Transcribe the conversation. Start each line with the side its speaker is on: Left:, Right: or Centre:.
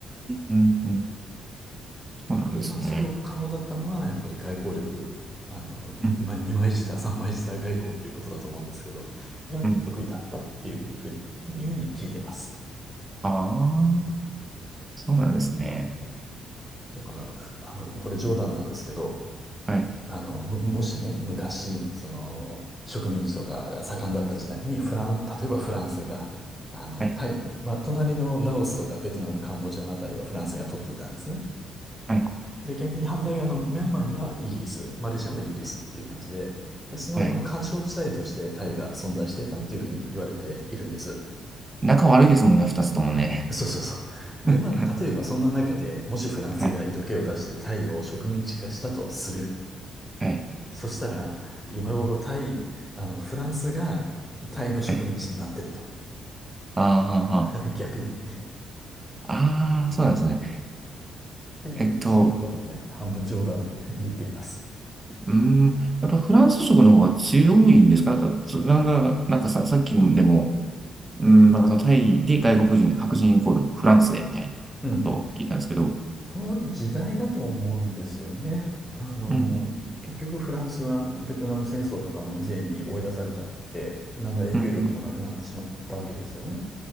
Right: うん、うん、そうなんですね。
Centre: で、まあ、それを可能だったのは、やっぱり外交力、あの、<laughs>
Right: うん、
Centre: まあ、二枚舌、三枚舌外交っていうことだと思うんですけど、が得意だったっていうふうに、
Right: うん、
Centre: いうふうに聞いてます。
Right: ああ、そうなんですね。
Centre: ねだから、あの、これ冗談なんですけど、
Right: はい、
Centre: あの、ももしね、昔、その、植民地とかが盛んだった時代に、フラン、例えばフランスが、あの、
Right: はい、
Centre: タイ、まあ、隣のラオスとかベトナム、カンボジアのあたりはフランスが取っていたんですね。
Right: はい、
Centre: で、逆に反対側のミャンマーにはイギリス、マレーシアもイギリスっていう感じで、で、その、
Right: はい。
Centre: まあ、緩衝地帯としてタイが存在してたっていうふうに言われているんです。
Right: 仲悪いですもんね、二つともね。
Centre: <laughs> そうそうそう。
Right: <laughs> うんうん
Centre: で、まあ、例えばそんな中で、もしフランスが色気を出してタイを植民地化したとする。
Right: はい、はい、
Centre: そしたら、今頃タイ、あの、フランスがタイの植民地になってると。
Right: はい。あーはは
Centre: <laughs> 逆に。
Right: あー、そうなんですね。
Centre: っていう、
Right: えっと、
Centre: そんなこともね、半分冗談で言っています。
Right: うーん、やっぱフランス食の方が強いんですかなんか、そなんか、なんかさ、さっきでも、うーん、なんかそのタイで外国人、白人イコールフランスでみたいなことを聞いたんですけど、
Centre: うん。その時代だと思うんですよね。あの、
Right: うんうん、
Centre: 結局フランスはベトナム戦争とかの以前に追い出されちゃって、何の影響力もなくなってしまったわけですよね。
Right: うん